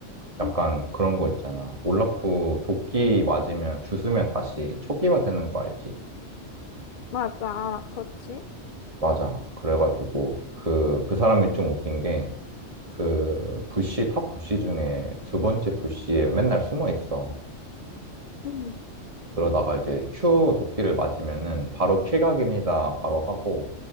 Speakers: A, on the right; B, on the left.
A: 약간
B: <laughs>
A: 그런 거 있잖아. 올라프 도끼 맞으면, 주스면 다시 초기화되는 거 알지?
B: 맞아, 알아. 그렇지?
A: 맞아. 그래가지고, 그, 그 사람이 좀 웃긴 게, 그, 부시, 탑 부시 중에 두 번째 부시에 맨날 숨어 있어.
B: 음.
A: 그러다가 이제 Q 도끼를 맞으면은, 바로 킬각입니다. 바로 하고,